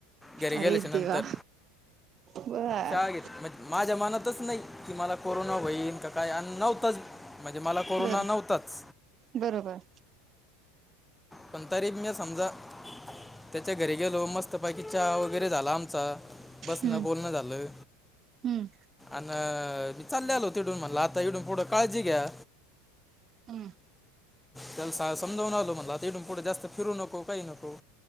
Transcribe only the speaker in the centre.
घरी गेल्याच्या‌
नंतर
चहा ‌घेत‌ला म्हणजे माझ्या मनातच नई की मला कोरोना होईन का काय अन् नव्हतंच. म्हणजे मला कोरोना
नव्हताचं.
पण तरी म्या समजा त्याच्या घरी गेलो मस्तपैकी चहा वगैरे झाला आमचा. बसण
बोलण झालं.
आन मी चालल्यालो तीडुन म्हणला आता इडुन पुढं काळजी घ्या.
त्याला सा-समजावून आलो ‌म्हंनल आता इथून पुढं जास्त फिरू नको ‌काई‌ नको.